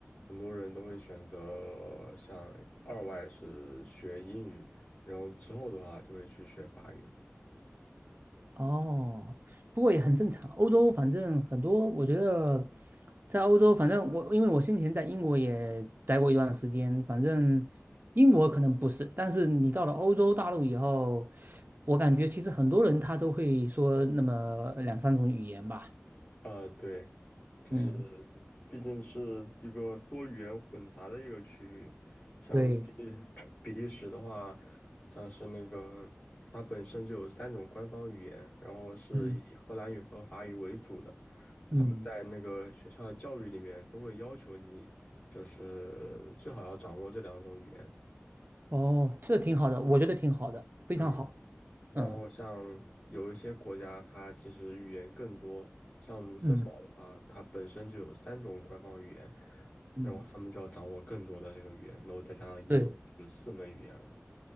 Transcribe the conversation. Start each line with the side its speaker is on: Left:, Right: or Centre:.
Left: 很多人都会选择像二外是学英语，然后之后的话就会去学法语。
Right: 哦，不过也很正常。欧洲反正很多，我觉得在欧洲，反正我因为我先前在英国也待过一段时间，反正英国可能不是，但是你到了欧洲大陆以后，我感觉其实很多人他都会说那么两三种语言吧。
Left: 呃，对，就是
Right: 嗯，
Left: 毕竟是一个多语言混杂的一个区域，像比
Right: 对，
Left: <clears throat> 利比利时的话，像是那个它本身就有三种官方语言，然后是以荷兰语和法语为主的，
Right: 嗯
Left: 他们在那个学校的教育里面都会要求你，
Right: 嗯，
Left: 就是最好要掌握这两种语言。
Right: 哦，这挺好的，我觉得挺好的，非常好。
Left: 嗯，然后像有一些国家，
Right: 嗯
Left: 它其实语言更多，像。卢。
Right: 嗯
Left: 啊，它本身就有三种官方语言，
Right: 嗯，
Left: 然后他们就要掌握更多的这个语言，然后再加上英语是四门语言了。
Right: 对，